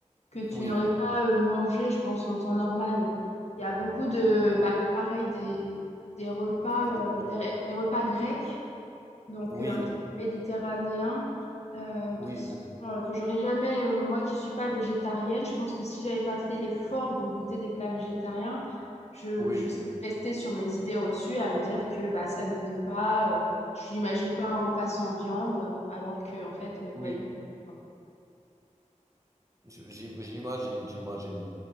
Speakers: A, on the left; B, on the right.
A: que tu
B: Oui,
A: n'aurais pas euh, mangé, je pense, en temps normal. Il y a beaucoup de, bah, pareil, des, des repas,
B: c'est
A: euh,
B: vrai.
A: des, des repas grecs, donc
B: Oui,
A: euh, un petit peu méditerranéens, euh,
B: oui,
A: qui sont, euh, que j'aurais jamais, euh, moi qui suis pas végétarienne, je pense que si j'avais pas fait l'effort de goûter des plats végétariens, je,
B: oui,
A: je serais restée sur mes idées reçues à me dire que bah, ça nourrit pas, euh, je n'imagine pas un repas sans viande, alors que, en fait, euh, pas
B: oui.
A: du tout. quoi.
B: J- j'im- J'imagine, j'imagine.